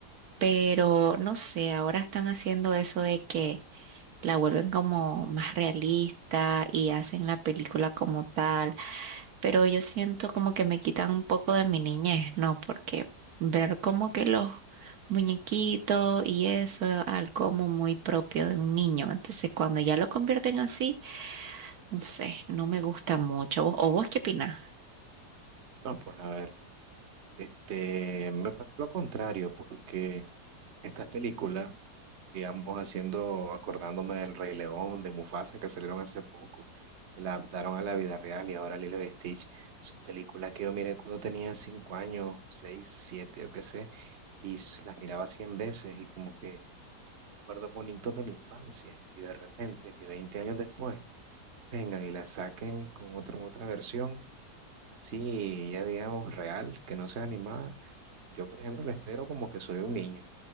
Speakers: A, on the right; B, on the right.
A: pero no sé, ahora están haciendo eso de que la vuelven como más realista y hacen la película como tal. pero yo siento como que me quitan un poco de mi niñez, ¿no? Porque ver como que los muñequitos y eso, algo como muy propio de un niño. Entonces, cuando ya lo convierten así, no sé, no me gusta mucho. ¿Vos- ¿O vos qué opinás?
B: No, pues a ver, este, a mí me pasa lo contrario, porque estas películas, digamos, haciendo, acordándome del Rey León, de Mufasa, que salieron hace poco, y la adaptaron a la vida real y ahora Lilo y Stitch, son películas que yo miré cuando tenía cinco años, seis, siete, yo qué sé, y s- las miraba cien veces y como que recuerdos bonitos de la infancia y de repente que 20 años después vengan y la saquen con otra, otra versión, así ya digamos real, que no sea animada, yo por ejemplo la espero como que soy un niño.